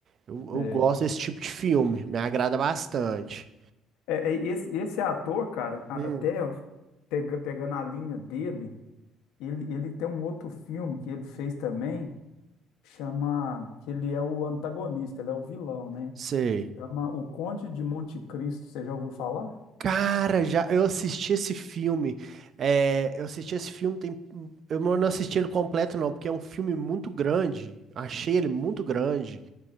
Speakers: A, on the right; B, on the left.
A: Eu, eu
B: é.
A: gosto desse tipo de filme, me agrada bastante.
B: É, é, esse, esse ator, cara, a-
A: Hum.
B: até pega- pegando a linha dele, ele, ele tem um outro filme que ele fez também Chama, que ele é o antagonista, ele é o vilão, né?
A: Sei.
B: Chama O Conde de Monte Cristo, você já ouviu falar?
A: Cara, já eu assisti esse filme. É, eu assisti esse filme, tem, eu não não assisti ele completo, não, porque é um filme muito grande. Achei ele muito grande.